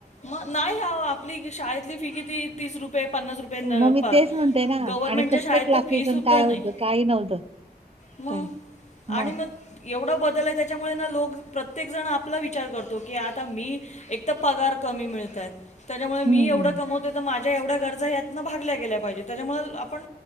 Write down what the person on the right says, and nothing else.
मग मी
तेच म्हणते ना
आणि कसले
क्लासेस
आणि काय
होतं काही नव्हतं
काय मग
हम्म